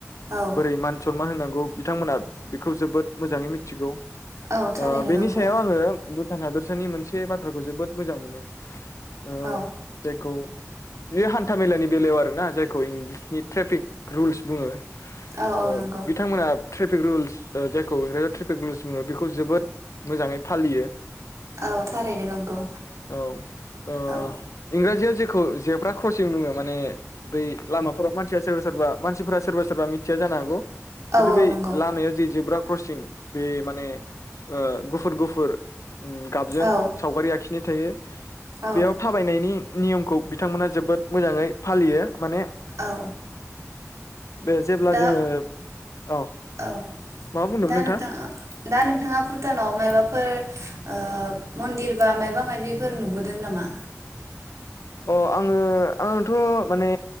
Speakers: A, on the right; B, on the left.
A: औ
B: बोरै मान सनमान होनां गौ बिथांमोना बेखौ जोबोद मोजाङै मिथिगौ।
A: औ थारैनो
B: ओ बेनि
A: नंगौ
B: सायाव आङो भुटान हादरसानि मोन से बाथ्राखौ जोबोद मोजां मोनो। ओ
A: औ
B: जायखौ बे हान्था मेलानि बेलायाव आरोना जायखौ इंलिसनि ट्रेफिक रुल्स बुङो।
A: औ औ
B: ओ
A: नंगौ
B: बिथांमोना ट्राफिक रुलस जायखौ इंराजाव ट्रेफिक रुल्स बुङो बेखौ जोबोद मोजाङै फालियो।
A: औ थारैनो नंगौ
B: औ ओ
A: औ
B: इंराजियाव जे खौ जेब्रा क्रसिं बुङो माने बै लामाफोराव मानसिया सोरबा सोरबा मानसिफोरा सोरबा सोरबा मिथिया जानो हागौ। खिन्थु
A: औ औ
B: बेै
A: नंगौ
B: लामायाव जेब्रा क्रसिं बे माने ओ गुफुर गुफुर ओम गाबजों
A: औ
B: सावगारि आखि खिनाय थायो।
A: औ
B: बेयाव थाबायनायनि नियमखौ बिथांमोना जोबोद मोजाङै फालियो। माने
A: औ
B: बे जेब्ला
A: दा
B: जोङो अ
A: औ
B: मा बुंदोंमोन
A: दा
B: नोंथां
A: नोंथाङा दा नोंथाङा भुटानाव मायबाफोर ओ मन्दिर बा मायबा माबिफोर नुबोदों नामा?
B: अ आङो आंथ' माने